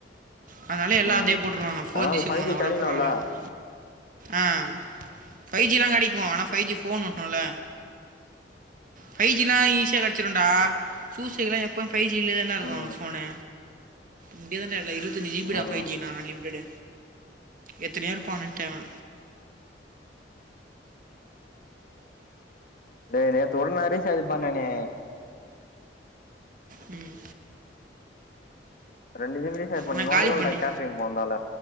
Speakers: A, on the right; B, on the left.
A: அதனால எல்லா
B: ம்
A: அதயே போட்டுருவாங்க ஃபோர்
B: ஆனா
A: ஜி
B: அது
A: சிம்
B: ஃபைவ்
A: வாங்னா கூட
B: கெடைக்கணுல்ல
A: பரவாலன்டு அ ஃபைவ் ஜிலாம் கெடைக்கு ஆனா ஃபைவ்ஜி ஃபோனு ஒட்னுல ஃபை ஜிலா ஈசியா கெடச்சிருண்டா சூஸ்சிலாம் எப் இப்ப ஃபைவ் ஜி இதுலே தாடா இருக்கு
B: ம்
A: ஃபோன்னு இப்டி தான் டா இது இரு ஜிபிடா
B: ம்
A: ஃபைவ்
B: ம்
A: ஜி னா அன்லிமிட்டடு எத்துனே இருப்பா நெட்டலா
B: டேய் நேத்து கூட ஒருநாள் ரீச்சார்ஜ் பன்னனே
A: ம்
B: ரெண்டு ஜிபி ரீச்சார்ஜ் பன்னு
A: நான்
B: நோண்டவே
A: காலி
B: இல்லடா
A: பண்ணு
B: கேட்ரிங் போனனால